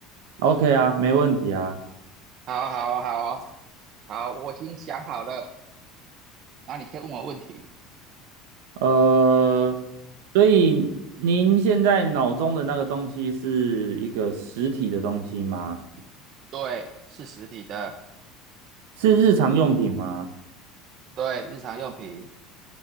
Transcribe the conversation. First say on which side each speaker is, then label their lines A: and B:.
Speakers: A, on the right; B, on the right.
A: OK 啊，没问题啊。
B: 好，好，好，好，好，我已经想好了，然后你可以问我问题。
A: 呃，所以您现在脑中的那个东西是一个实体的东西吗？
B: 对，是实体的，
A: 是日常用品吗？
B: 对，日常用品